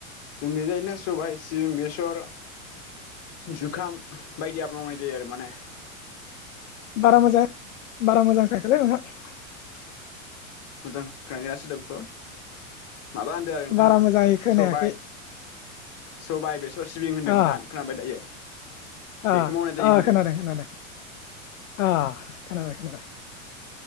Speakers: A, on the left; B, on the left.
A: जों <unintelligible> सबाय सिबिं बेसर जुखाम बायदि आबाद मावनाय जायो आरो माने
B: बारा मोजां बारा मोजां खोनायाखैलै नोंथां
A: मोजां खोनायाखैना सोदोबखौ माबा होनदों आरो नोंथां
B: बारा मोजाङै खोनायाखै
A: सबाय सबाय बेसर सिबिं होनदों
B: अ
A: नोंथां खोनाबाय दायो। बेखौ
B: अ
A: मावनाय जायो होन्दों
B: खोनादों खोनादों अ खोनाबाय खोनाबाय।